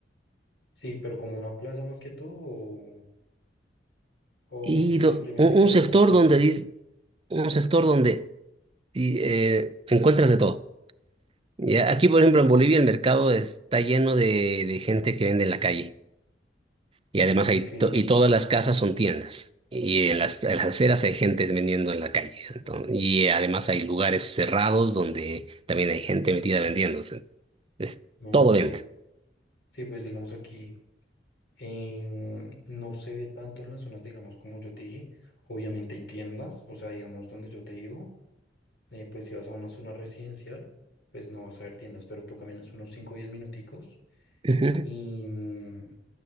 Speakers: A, on the left; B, on the right.
A: Sí, pero como una plaza más que todo, o, o
B: Y
A: si
B: do-
A: simplemente
B: un,
A: que
B: un
A: hayan
B: sector
A: como tienditas.
B: donde, dis- un sector donde y, eh, encuentras de todo. Ya, Aquí, por ejemplo, en Bolivia el mercado está lleno de, de gente que vende en la calle. Y además
A: Ok,
B: hay, to- y todas las casas son tiendas. Y en las, en las aceras hay gente vendiendo en la calle. Entonces, y además hay lugares cerrados donde también hay gente metida vendiendo. Es
A: ok.
B: todo venta.
A: Sí, pues digamos aquí em, no se ve tanto en las zonas, digamos, como yo te dije. Obviamente hay tiendas, o sea, digamos, donde yo te digo, eh, pues si vas a una zona residencial, pues no vas a ver tiendas, pero tú caminas unos 5 o 10 minuticos
B: Ujú,
A: y, mm,